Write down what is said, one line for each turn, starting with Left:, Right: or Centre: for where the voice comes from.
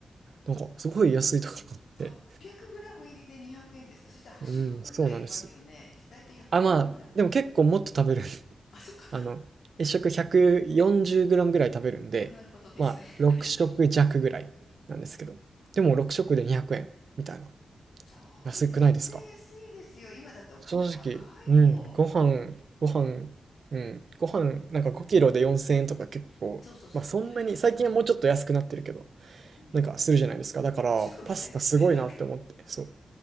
Right: なんか、すごい安いとかって。
Left: 800グラム入りで200円ですかそしたら8食分ぐらいいきますよね。
Right: うん、そうなんですよ。
Left: だいたい100グラムぐらい
Right: あ、まあ、でも結構もっと食べる。<laughs>
Left: あ、そっか。
Right: あの、1食 140g ぐらい食べるんで、
Left: <laughs> なるほどですね。
Right: まあ、6食弱ぐらいなんですけど。
Left: はい。
Right: でも6食で200円みたいな。
Left: それ全然安いですよ。
Right: 安くないですか
Left: 今だってお米高いも
Right: 正直、うん、ご飯、
Left: ん。
Right: ご飯、
Left: うん。
Right: うん、ご飯、なんか5キロで4000円とか結構、
Left: そうそうそう、
Right: まあそんなに、
Left: 5キロ4000円。
Right: 最近はもうちょっと安くなってるけど、
Left: うん。
Right: なんかするじゃないですか。
Left: なんか、
Right: だから、
Left: 主婦みたいですね。
Right: パスタすごいなって思って、
Left: なんか。
Right: そう。